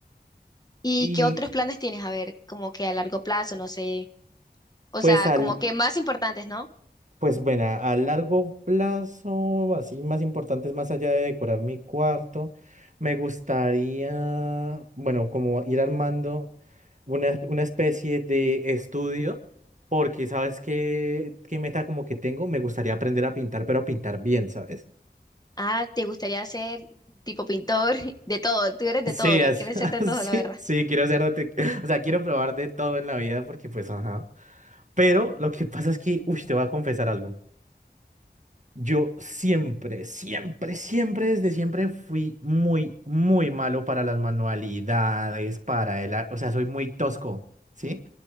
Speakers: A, on the left; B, on the right.
A: ¿Y
B: Y
A: qué otros planes tienes? A ver, como que a largo plazo, no sé. O
B: pues
A: sea,
B: al,
A: como que más importantes, ¿no?
B: Pues bueno, a a largo plazo, así más importantes, más allá de decorar mi cuarto, me gustaría, bueno, como ir armando una, una especie de estudio, porque sabes qué, qué meta como que tengo, me gustaría aprender a pintar, pero a pintar bien, ¿sabes?
A: Ah, te gustaría ser tipo pintor, <laughs> de todo, tú eres de
B: Sí,
A: todo, ¿no?
B: es-
A: Quieres
B: <laughs>
A: ser de todo,
B: sí,
A: la verdad.
B: sí, quiero ser, arquitec- <laughs> o sea, quiero probar de todo en la vida, porque pues, ajá. Pero lo que pasa es que, uy, te voy a confesar algo. Yo siempre, siempre, siempre, desde siempre fui muy, muy malo para las manualidades, para el, a- o sea, soy muy tosco, ¿sí?